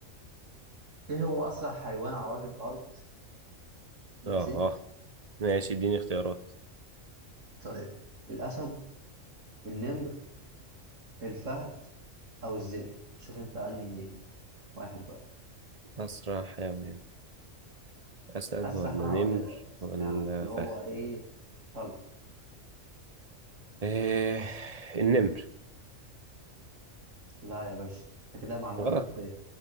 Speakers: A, on the right; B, on the right.
A: ايه هو اسرع حيوان على وجه الارض ماشي
B: اه اه ماشي اديني اختيارات
A: طيب الاسد النمر الفهد او الذئب شوف انت انهي واحد بقى
B: اسرع حيوان اسد
A: اسرع
B: ولا
A: حيوان
B: نمر
A: على وجه الارض
B: ولا
A: يعني اللي
B: فهد
A: هو ايه طلق
B: إيه النمر
A: لا يا باشا انت كده معلوماتك
B: غلط
A: في